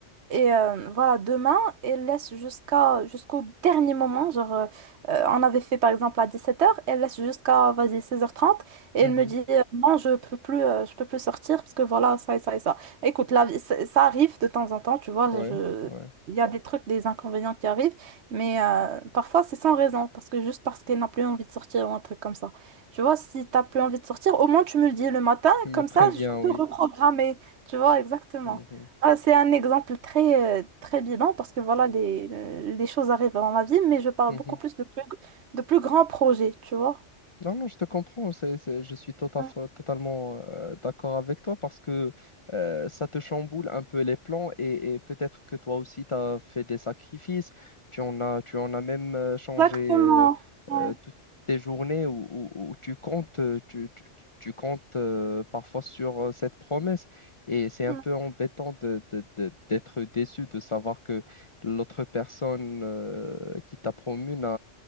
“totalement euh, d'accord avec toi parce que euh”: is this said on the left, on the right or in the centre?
Left